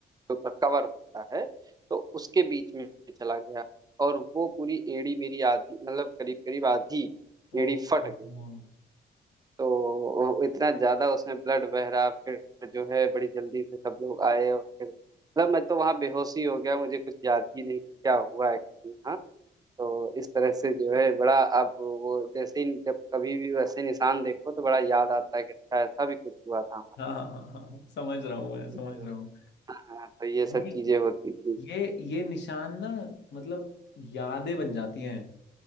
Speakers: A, on the right; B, on the left.
A: जो ऊपर कवर होता है तो उसके बीच में चला गया और वो पूरी एड़ी मेरी आधी मतलब करीब करीब आधी
B: ओ
A: एड़ी फट
B: ओ,
A: गई
B: ओ।
A: तो वो इतना ज्यादा उसमें ब्लड बह रहा फिर जो है बड़ी जल्दी से सब लोग आए और फिर मतलब मैं तो वहाँ बेहोश ही हो गया मुझे कुछ याद ही नहीं कि क्या हुआ एक्चुअली हाँ तो इस तरह से जो है बड़ा अब वो जैसे ही जब कभी भी वैसे निशान देखो तो बड़ा याद आता है कि अच्छा ऐसा भी कुछ हुआ था हमारे
B: हाँ हाँ हाँ हाँ, समझ रहा हूँ मैं समझ
A: साथ। तो
B: रहा हूँ
A: हाँ तो ये सब
B: नहीं
A: चीजें होती थी
B: ये ये निशान ना मतलब यादें बन जाती हैं